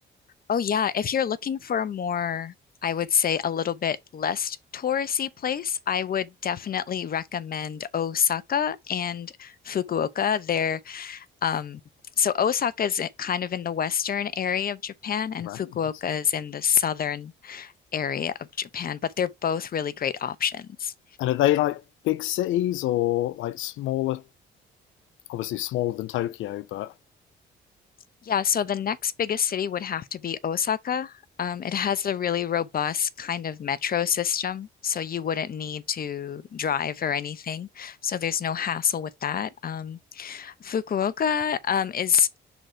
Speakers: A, on the left (about 45°); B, on the left (about 80°).
A: Oh yeah, if you're looking for a more, I would say a little bit less touristy place, I would definitely recommend Osaka and Fukuoka. They're um, so Osaka is i- kind of in the western area of Japan, and
B: Right,
A: Fukuoka
B: yes.
A: is in the southern area of Japan, but they're both really great options.
B: And are they like big cities or like smaller obviously smaller than Tokyo, but
A: Yeah, so the next biggest city would have to be Osaka. Um, it has a really robust kind of metro system, so you wouldn't need to drive or anything. So there's no hassle with that. Um, Fukuoka, um, is